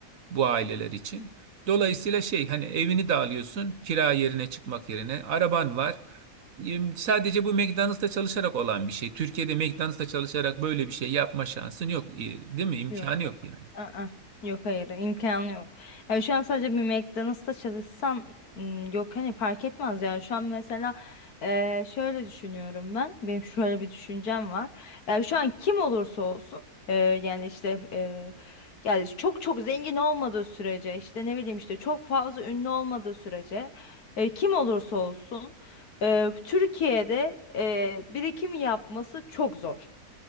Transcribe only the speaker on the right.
bu aileler için. Dolayısıyla şey hani evini de alıyorsun kira yerine çıkmak yerine araban var. Em, Sadece bu McDonald's'ta çalışarak olan bir şey. Türkiye'de McDonald's'ta çalışarak böyle bir şey yapma şansın yok, e, değil mi? İmkanı
yok yani.